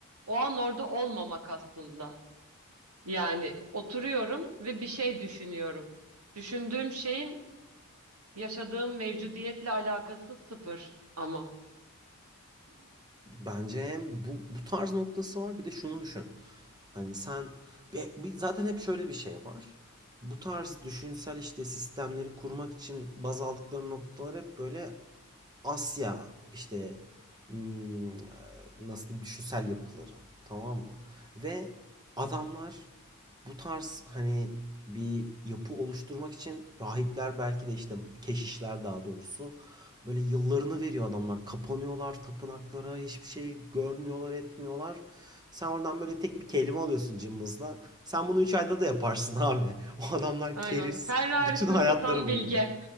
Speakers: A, on the right (about 80°); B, on the right (about 20°).
A: o an orada olmamak aslında. Yani oturuyorum ve bir şey düşünüyorum. Düşündüğüm şeyin yaşadığım mevcudiyetle alakası sıfır ama.
B: Bence hem bu, bu tarz noktası var bir de şunu düşün. Hani sen zaten hep şöyle bir şey var. Bu tarz düşünsel işte sistemleri kurmak için baz aldıkları noktalar hep böyle Asya işte hmm, e, nasıl diyeyim düşünsel yapıları tamam mı? Ve adamlar bu tarz hani bir yapı oluşturmak için rahipler belki de işte keşişler daha doğrusu böyle yıllarını veriyor adamlar. Kapanıyorlar tapınaklara hiçbir şey görmüyorlar etmiyorlar. Sen oradan böyle tek bir kelime alıyorsun cımbızla. Sen bunu 3 ayda da yaparsın <laughs> abi. O adamlar
A: Aynen.
B: keriz
A: Ferrari'sini
B: bütün hayatları
A: satan Bilge.
B: boyunca.